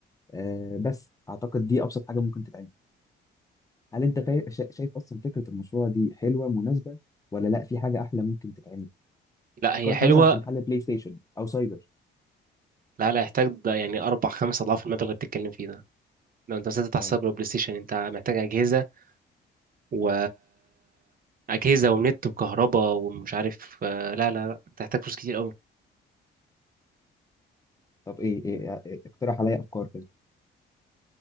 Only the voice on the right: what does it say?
لا
هي حلوة
لا لا يحتاج ده يعني اربع خمس اضعاف المبلغ اللي بتتكلم فيه ده لو انت مسكت
على السايبر بلاي ستيشن انت محتاج اجهزه و اجهزه ونت وكهرباء ومش عارف آه، لا لا لا انت محتاج فلوس كتير قوي